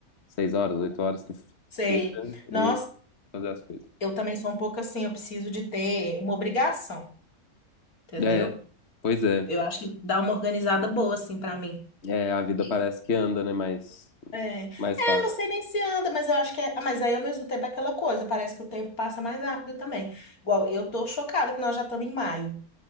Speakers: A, on the left; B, on the left.
A: seis horas, oito horas, que
B: Sei.
A: seja,
B: Nossa.
A: e fazer as coisas.
B: eu também sou um pouco assim, eu preciso de ter uma obrigação, entendeu?
A: É, pois é.
B: Eu acho que dá uma organizada boa, assim, pra mim.
A: É, a vida
B: Que-
A: parece que anda, né? Mais,
B: É, é,
A: mais fácil.
B: não sei nem se anda, mas eu acho que é. ah, Mas aí ao mesmo tempo é aquela coisa, parece que o tempo passa mais rápido também. Igual, eu tô chocada que nós já estamos em maio.